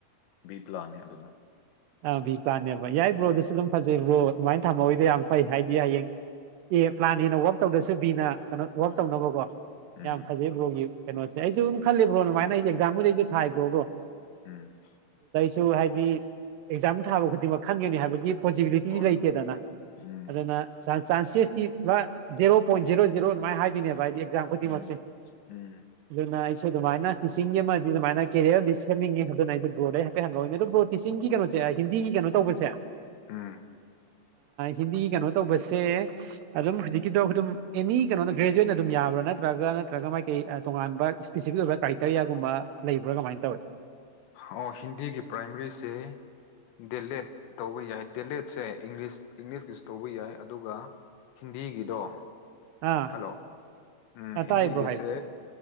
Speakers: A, on the left; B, on the right.
A: ꯕꯤ ꯄ꯭ꯂꯥꯟꯅꯦ ꯑꯗꯨꯅ
B: ꯑꯕꯤ ꯄꯥꯅꯦꯕ ꯌꯥꯏ ꯕ꯭ꯔꯣꯗꯁꯨ
A: ꯎꯝ
B: ꯑꯗꯨꯝ ꯐꯖꯩ ꯕ꯭ꯔꯣ ꯑꯗꯨꯃꯥꯏꯅ ꯊꯝꯃꯧꯣꯏꯗꯤ ꯌꯥꯝ ꯐꯩ ꯍꯥꯏꯗꯤ ꯍꯌꯦꯡ ꯑꯦ ꯄ꯭ꯂꯥꯟꯅꯦꯅ ꯋꯥꯛ ꯇꯧꯗ꯭ꯔꯁꯨ ꯕꯤꯅ ꯀꯩꯅꯣ
A: ꯍꯣꯏ
B: ꯋꯥꯛ ꯇꯧꯅꯕꯀꯣ
A: ꯎꯝ
B: ꯌꯥꯝ ꯐꯖꯩ ꯕ꯭ꯔꯣꯒꯤ ꯀꯩꯅꯣꯁꯦ ꯑꯩꯁꯨ ꯑꯗꯨꯝ ꯈꯜꯂꯤꯕ꯭ꯔꯣ ꯑꯗꯨꯃꯥꯏꯅ ꯑꯩ ꯑꯦꯛꯖꯥꯝꯨ ꯂꯩꯩꯁꯨ ꯊ ꯍꯥꯏꯕ꯭ꯔꯣꯕꯣ
A: ꯎꯝ
B: ꯁꯨ ꯍꯥꯏꯗꯤ ꯑꯦꯛꯖꯥꯝ ꯊꯥꯕ ꯈꯨꯗꯤꯡꯃꯛ ꯈꯪꯒꯅꯤ ꯍꯥꯏꯕꯒꯤ ꯄꯣꯖꯤꯕꯤꯂꯤꯇꯤꯗꯤ
A: ꯍꯣꯏ
B: ꯂꯩꯇꯦꯗꯅ
A: ꯎꯝ
B: ꯑꯗꯨꯅ ꯆꯥꯟꯁꯦꯁꯇꯤ ꯄꯨꯔꯥ ꯖꯦꯔꯣ ꯄꯣꯏꯟ ꯖꯤꯔꯣ ꯖꯤꯔꯣ ꯑꯗꯨꯃꯥꯏꯅ ꯍꯥꯏꯕꯤꯣꯏꯅꯦꯕ ꯍꯥꯏꯗꯤ ꯑꯦꯛꯖꯥꯝ ꯈꯨꯗꯤꯡꯃꯛꯁꯦ
A: ꯎꯝ ꯎꯝ
B: ꯑꯗꯨꯅ ꯑꯗꯨꯃꯥꯏꯅ ꯇꯤꯆꯤꯡꯒꯤ ꯑꯃꯗꯤ ꯑꯗꯨꯃꯥꯏꯅ ꯀꯦꯔꯤꯌꯔ ꯑꯃꯗꯤ ꯁꯦꯝꯅꯤꯡꯉꯦ ꯑꯗꯨꯅ ꯑꯩ ꯕꯗ ꯑꯩ ꯍꯥꯏꯐꯠ ꯍꯉꯛꯏꯅꯤ ꯑꯗꯨ ꯇꯤꯤꯡ ꯀꯩꯅꯣ ꯍꯤꯟꯗꯤꯒꯤ ꯀꯩꯅꯣ ꯇꯧꯕꯁꯦ
A: ꯑꯥ
B: ꯍꯤꯟꯗꯤ ꯀꯩꯅꯣ ꯇꯧꯕꯁꯦ ꯑꯗꯨꯝ ꯍꯧꯖꯤꯛꯀꯤꯗꯣ ꯑꯗꯨ ꯑꯗꯨꯝ ꯑꯦꯅꯤ ꯀꯩꯅꯣꯗ ꯒ꯭ꯔꯦꯖꯨꯋꯦꯠꯅ ꯑꯗꯨꯝ ꯌꯥꯕ ꯕ꯭ꯔꯥ ꯅꯠꯇ꯭ꯔꯒ ꯅꯠꯇ꯭ꯔꯒ ꯃꯥꯏꯀꯩ ꯇꯣꯉꯥꯟꯕ ꯏꯁꯄꯦꯁꯤꯐꯤꯛ ꯑꯣꯏꯕ ꯀ꯭ꯔꯥꯏꯇꯔꯤꯌꯥꯒꯨꯝꯕ ꯂꯩꯕ꯭ꯔꯥ ꯀꯃꯥꯏꯅ ꯇꯧꯋꯦ <inaudible>
A: ꯑꯣ ꯍꯤꯟꯗꯤꯒꯤ ꯄ꯭ꯔꯥꯏꯃꯔꯤꯁꯦ ꯗꯦꯂꯦꯠ ꯇꯧꯕ ꯌꯥꯏ ꯗꯦꯂꯦꯠꯁꯦ ꯏꯪꯂꯤꯁ ꯏꯪꯂꯤꯁꯀꯤꯁ ꯇꯧꯕ ꯌꯥꯏ ꯑꯗꯨꯒ ꯍꯤꯟꯗꯤꯒꯤꯗꯣ
B: ꯑꯥ
A: ꯍꯜꯂꯣ ꯎꯝ
B: ꯑꯥ
A: ꯍꯤꯟꯗꯤꯒꯤꯁꯦ
B: ꯇꯥꯏꯌꯦ ꯕ꯭ꯔꯣ ꯍꯥꯏꯌꯨ